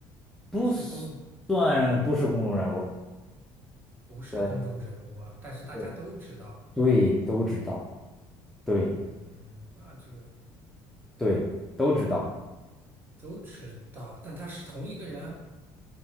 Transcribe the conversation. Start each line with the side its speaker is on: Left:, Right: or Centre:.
Centre: 不算不是公众人物。
Right: 是公，不是公众人物啊，
Centre: 对
Right: 但是大家都知道。
Centre: 对，对，都知道。对。
Right: 嗯，那这个。
Centre: 对，都知道
Right: 都知道，但他是同一个人，